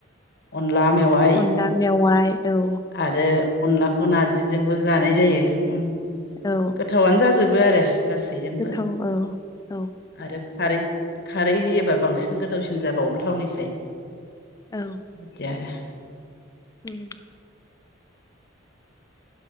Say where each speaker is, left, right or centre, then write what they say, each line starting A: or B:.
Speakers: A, on the left (about 60°); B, on the left (about 20°).
A: अनला मेवाइ।
B: अनला मेवाइ औ।
A: आरो अनलाखौ नारजिजोंबो जानाय जायो।
B: औ
A: गोथावनो जाजोबो आरो गासैजोंबो
B: गोथाव औ औ
A: आरो खारै खारै होयोबा बांसिन गोथावसिन जाबावो थावनिसाय।
B: औ
A: बिदि आरो
B: उम